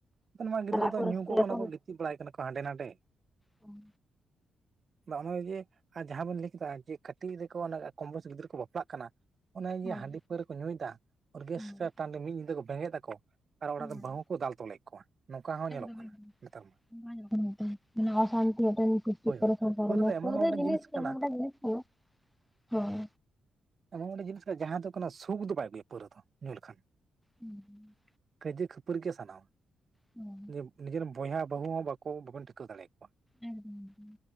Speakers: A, on the right; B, in the centre.
A: ᱚᱱᱟ ᱜᱤᱫᱽᱨᱟᱹ
B: ᱪᱟᱞᱟᱜ ᱟᱠᱚ
A: ᱫᱚ
B: ᱨᱟᱹᱥᱠᱟᱹᱭᱟᱠᱚ
A: ᱧᱩ ᱠᱚ ᱠᱟᱱᱟ ᱠᱚ ᱜᱤᱛᱤᱡ ᱵᱟᱲᱟᱭ ᱠᱟᱱᱟ ᱠᱚ ᱦᱟᱸᱰᱮ ᱱᱟᱰᱮ᱾
B: ᱦᱩᱸ᱾
A: ᱵᱟᱝ ᱱᱚᱸᱜᱼᱚᱭ ᱡᱮ ᱟᱨ ᱡᱟᱦᱟᱸ ᱵᱮᱱ ᱞᱟᱹᱭ ᱠᱮᱫᱟ ᱡᱮ ᱠᱟᱹᱴᱤᱡᱽ ᱨᱮᱠᱚ ᱠᱚᱢᱵᱚᱭᱚᱥ ᱜᱤᱫᱽᱨᱟᱹ ᱠᱚ ᱵᱟᱯᱞᱟᱜ ᱠᱟᱱᱟ ᱚᱱᱮ ᱤᱭᱟᱹ
B: ᱦᱳᱭ
A: ᱦᱟᱺᱰᱤ ᱯᱟᱹᱣᱨᱟᱹ ᱠᱚ ᱧᱩᱭᱮᱫᱟ ᱚᱨᱜᱮᱥᱴᱟᱨ
B: ᱦᱳᱭ
A: ᱴᱟᱹᱰᱤ ᱢᱤᱫ ᱧᱤᱫᱟᱹ ᱠᱚ ᱵᱮᱸᱜᱮ ᱫᱟᱠᱚ ᱟᱨ ᱚᱲᱟᱜ
B: ᱦᱳᱭ
A: ᱨᱮ ᱵᱟᱦᱩ ᱠᱚ ᱫᱟᱞ ᱛᱚᱞᱮᱜ ᱠᱚᱣᱟ, ᱱᱚᱝᱠᱟ ᱦᱚᱸ ᱧᱮᱞᱚᱜ
B: ᱮᱠᱫᱚᱢ
A: ᱠᱟᱱᱟ
B: ᱮᱠᱫᱚᱢ
A: ᱱᱮᱛᱟᱨ᱾ ᱢᱟ
B: <unintelligible> ᱢᱟᱱᱮ ᱚᱥᱟᱱᱛᱤ ᱢᱤᱫᱴᱟᱱ
A: ᱦᱳᱭ ᱦᱳᱭ
B: <unintelligible>
A: ᱫᱚ ᱮᱢᱚᱱ
B: ᱯᱟᱹᱣᱨᱟᱹ
A: ᱢᱤᱫᱴᱮᱱ
B: ᱡᱤᱱᱤᱥ ᱜᱮ
A: ᱠᱟᱱᱟ
B: ᱮᱢᱚᱱ ᱢᱤᱫᱴᱟᱝ ᱡᱤᱱᱤᱥ ᱩᱸ ᱦᱮᱸ᱾
A: ᱮᱢᱚᱱ ᱢᱤᱫᱴᱟᱝ ᱡᱤᱱᱤᱥ ᱠᱟᱱᱟ ᱡᱟᱦᱟᱸ ᱫᱚ ᱠᱟᱱᱟ ᱥᱩᱠ ᱫᱚ ᱵᱟᱭ ᱟᱜᱩᱭᱟ ᱯᱟᱹᱣᱨᱟᱹ ᱧᱩ ᱞᱮᱠᱷᱟᱱ᱾
B: ᱦᱩᱸ᱾
A: ᱠᱟᱹᱭᱡᱟᱹ ᱠᱷᱟᱹᱯᱟᱹᱨᱤ ᱜᱮ ᱜᱮ ᱥᱟᱱᱟᱣᱟ
B: ᱦᱩᱸ
A: ᱱᱤᱡᱮ ᱱᱤᱡᱮᱨᱮᱱ ᱵᱚᱭᱦᱟ ᱵᱟᱹᱦᱩ ᱦᱚᱸ ᱵᱟᱵᱚᱱ ᱴᱷᱤᱠᱟᱹᱣ ᱫᱟᱲᱮᱣ ᱠᱚᱣᱟ᱾
B: ᱮᱠᱫᱚᱢ ᱮᱠᱫᱚᱢ᱾